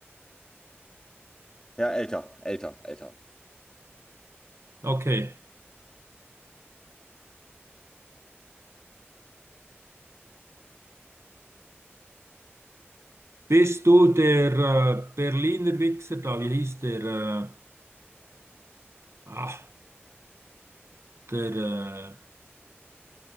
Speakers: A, on the left; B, on the right.
A: Ja, älter, älter, älter.
B: okay. Bist du der äh, Berliner Wichser da? Wie hieß der? Äh, ach, der, äh,